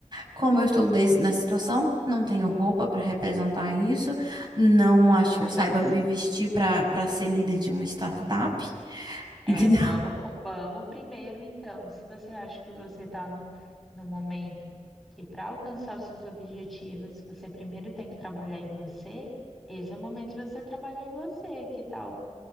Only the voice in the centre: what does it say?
tá?
Mas
é,
vamos, co- vamos primeiro, então. Se você acha que você está no, no momento que para alcançar os seus objetivos, você primeiro tem que trabalhar em você, esse é o momento de você trabalhar em você. Que tal?